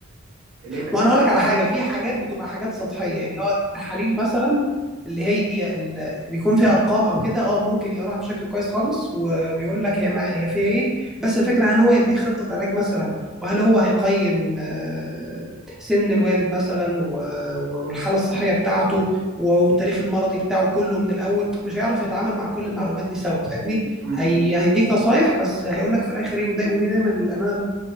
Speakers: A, on the right; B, in the centre.
A: اللي هي نتيجه
B: ما انا اقول
A: ال-
B: لك على حاجه في حاجات بتبقى حاجات سطحيه يعني اه التحاليل مثلا اللي هي ال- اللي بيكون فيها ارقام او كده اه ممكن يقراها بشكل كويس خالص و- ويقول لك هي ما هي فيها ايه بس الفكره هل هو يديك خطه علاج مثلا وهل هو هيقيم آه، سن الوالد مثلا و- والحاله الصحيه بتاعته والتاريخ المرضي بتاعه كله من الاول مش هيعرف يتعامل مع كل المعلومات دي سوا فاهمني
A: م- م-
B: هي
A: م.
B: هيديك نصايح بس هيقول لك في الاخر ايه وده- ودي دايما الامانه